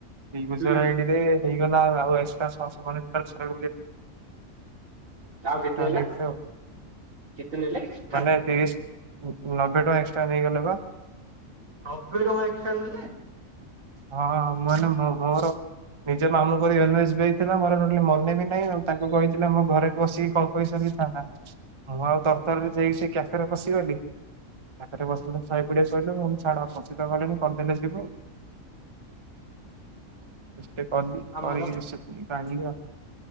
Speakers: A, on the right; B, on the right.
A: ଏଇ ୟୁଜର
B: ହୁଁ
A: ଆଇଡିରେ ହେଇଗଲା ଆଉ ଏକ୍ସଟ୍ରା ଛଅ <unintelligible> <unintelligible> ଏକ୍ସଟ୍ରା
B: ଆଉ କେତେ ହେଲା
A: ନେଇଥିବେ ଆଉ
B: କେତେ ନେଲେ ଏକ୍ସଟ୍ରା?
A: ମାନେ ତିରିଶ୍ ହୁହୁଁ ନବେ ଟଙ୍କା ଏକ୍ସଟ୍ରା ନେଇଗଲେ ବା।
B: ନବେ ଟଙ୍କା ଏକ୍ସଟ୍ରା ନେଲେ!
A: ହଁ ମାନେ ମୋର ଖବର ନିଜ ମାମୁଁ ଙ୍କ ଏନ୍ ଏସ ବି ଆଇ ଥିଲା ମୋର ଟୋଟାଲି ମନେ ବି ନାହିଁ ଆ ତାଙ୍କୁ କହିଥିଲେ ମୋ ଘରେ ବସିକି କମ୍ ପଇସାର ହାଁ ହାଁ ମୁଁ ଆଉ। ତରତରରେ
B: ଓହୋ।
A: ଯାଇକି ସେଇ କ୍ୟାଫେରେ ବସିଗଲି କାଫେରେ ବସିଲେ ଶହେ କୁଡ଼ିଏ କହିଲୁ ମୁଁ ଛାଡ଼ ଆଉ କଣ <unintelligible> କଲେଣି କରିଦେଲେ ଯିବ। ସେଠି କଲି
B: ଆମର
A: କରକି ରିସିଭ୍ ଟା ଆଣିଲି ଆଉ।